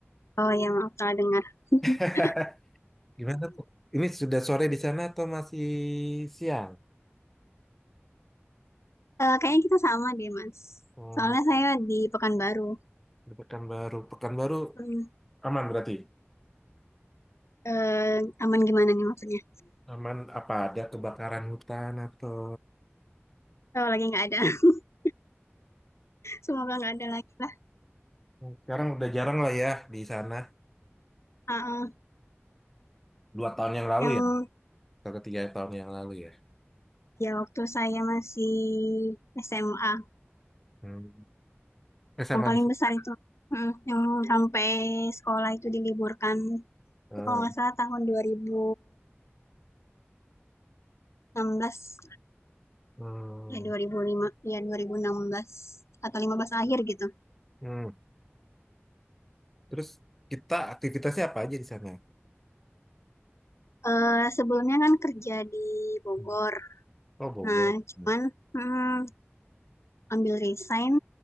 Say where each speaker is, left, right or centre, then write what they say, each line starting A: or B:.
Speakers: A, on the left (about 85°); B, in the centre.
A: Oh iya, maaf salah dengar. <laughs>
B: <laughs> Gimana tuh? Ini sudah sore di sana atau masih siang?
A: Eh, kayaknya kita sama deh Mas.
B: Oh,
A: Soalnya saya di Pekanbaru.
B: di Pekanbaru. Pekanbaru
A: Hmm.
B: aman berarti?
A: Eh, aman gimana nih maksudnya?
B: Aman apa ada kebakaran hutan atau...
A: Oh, lagi nggak ada. <laughs> Semoga nggak ada lagi lah.
B: Sekarang udah jarang lah ya di sana.
A: Ah, ah.
B: Dua tahun yang lalu
A: Yang
B: ya? Atau tiga tahun yang lalu ya?
A: ya waktu saya masih SMA
B: Hmm. Eh, sama
A: Yang paling
B: di sana.
A: besar itu. Mm, yang sampai sekolah itu diliburkan.
B: Hmm.
A: Itu kalau nggak salah tahun dua ribu enam belas
B: Hmm.
A: Ya dua ribu lima ya 2016 atau 15 akhir gitu.
B: Hmm. Terus kita aktivitasnya apa aja di sana?
A: Eh sebelumnya kan kerja di Bogor.
B: Hmm. Oh, Bogor.
A: Nah, cuman
B: Hmm.
A: mm, ambil resign